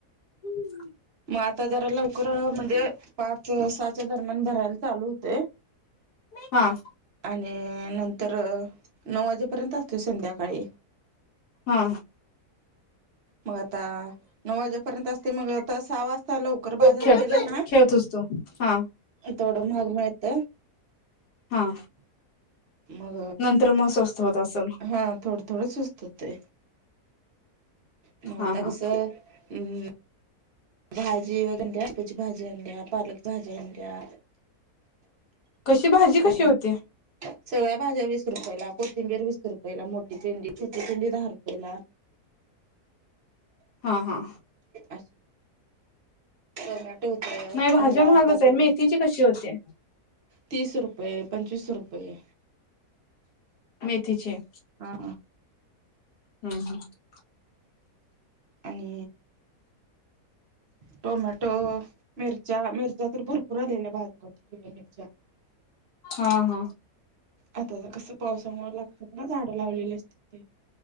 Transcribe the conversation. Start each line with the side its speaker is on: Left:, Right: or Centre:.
Left: हम्म.
Right: मग आता जरा लवकर म्हणजे पाच सहाच्या दरम्यान भरायला चालू होतय.
Left: हा.
Right: आणि नंतर नऊ वाजेपर्यंत ते संध्याकाळी
Left: हा.
Right: मग आता नऊ वाजेपर्यंत असते मग. आता सहा वाजता लवकर बाजार
Left: खेळ
Right: केला ना
Left: खेळतोस तू हा
Right: थोड महाग मिळतय.
Left: हा.
Right: मग
Left: नंतर मग स्वस्त होत असेल
Right: हा थोड. थोडं सुचत ते मग
Left: हा
Right: आता
Left: हा
Right: कस हम्म भाजी वैगरे दोडक्याची भाजी आणल्या, पालक भाजी आणल्या.
Left: कशी भाजी कशी
Right: आणि
Left: होती?
Right: सगळ्या भाज्या वीस रुपयला, कोथिंबीर वीस रुपयला मोठी पेंडी, छोटी पेंडी दहा रुपयला.
Left: हा हा.
Right: अशी टोमॅटो होत
Left: नाही भाज्या
Right: दहाला
Left: महागच
Right: अर्धा
Left: आहे
Right: किलो.
Left: मेथीची कशी होते
Right: तीस रुपये पंचवीस रुपये.
Left: मेथीची.
Right: हा
Left: हम <unintelligible>
Right: आणि टोमॅटो, मिरच्या, मिरच्या तर भरपूर आलेल्या बाजारात तिखट मिरच्या.
Left: हा हा.
Right: आता जरा कसं पावसामुळे लागतात ना झाडं लावलेली असतात ते.